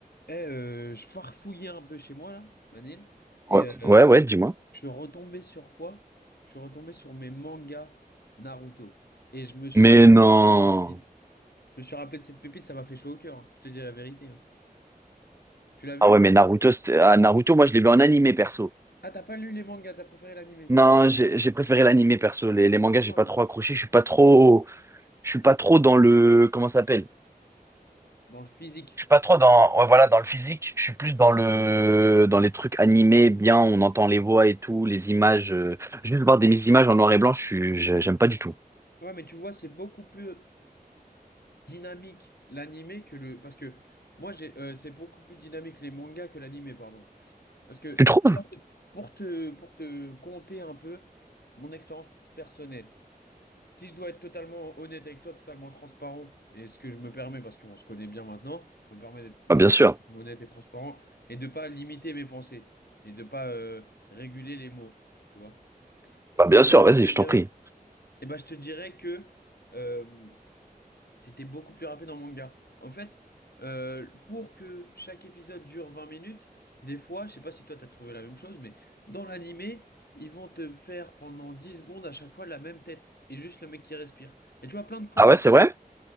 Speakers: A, on the left; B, on the right.
A: Eh, euh, je farfouillais un peu chez moi là, Manil, et
B: Ouais,
A: euh,
B: ouais, ouais, dis-moi.
A: je suis retombé sur quoi? Je suis retombé sur mes mangas Naruto. Et je me suis
B: Mais
A: rappelé
B: non.
A: de cette pépite. Je me suis rappelé de cette pépite, ça m'a fait chaud au cœur. hein. Je te dis la vérité. hein. Tu l'as vu?
B: Ah ouais, mais Naruto, c'était- ah, Naruto, moi, je l'ai vu en animé perso.
A: Ah, t'as pas lu les mangas, t'as préféré l'animé.
B: Non, j'ai j'ai préféré l'animé perso. Les, les mangas,
A: Pourquoi?
B: j'ai pas trop accroché. Je suis pas trop, je suis pas trop dans le, comment ça s'appelle?
A: Dans le physique.
B: Je suis pas trop dans, ouais, voilà, dans le physique. Je suis plus dans le, dans les trucs animés, bien, on entend les voix et tout, les images. euh, Juste voir des images en noir et blanc, je suis, je- j'aime pas du tout.
A: Ouais, mais tu vois, c'est beaucoup plus euh, dynamique l'animé que le. Parce que moi, j'ai, euh, c'est beaucoup plus dynamique les mangas que l'animé, pardon. Parce que
B: Tu trouves?
A: pour te, pour te, pour te conter un peu mon expérience personnelle, si je dois être totalement honnête avec toi, totalement transparent, et ce que je me permets, parce qu'on se connaît bien maintenant, je me permets d'être totalement
B: Bah, bien sûr.
A: honnête et transparent, et de pas limiter mes pensées, et de pas euh, réguler les mots, tu vois.
B: Bah, bien
A: Et bah,
B: sûr,
A: je
B: vas-y,
A: te dirais,
B: je t'en prie.
A: et ben, je te dirais que euh, c'était beaucoup plus rapide en manga. En fait, euh, pour que chaque épisode dure 20 minutes, des fois, je sais pas si toi t'as trouvé la même chose, mais dans l'animé, ils vont te faire pendant 10 secondes à chaque fois la même tête et juste le mec qui respire. Et tu vois plein de fois
B: Ah
A: dans
B: ouais, c'est vrai?